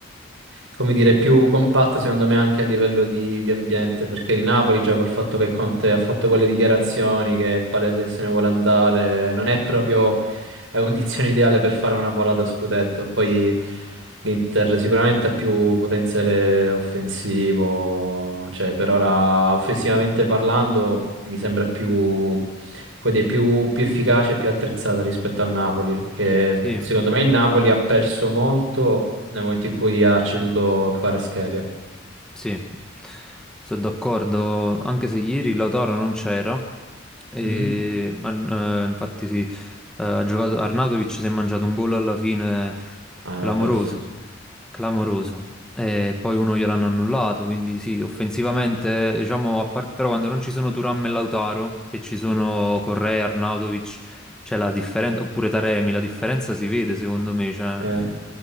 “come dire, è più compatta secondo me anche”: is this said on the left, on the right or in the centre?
Right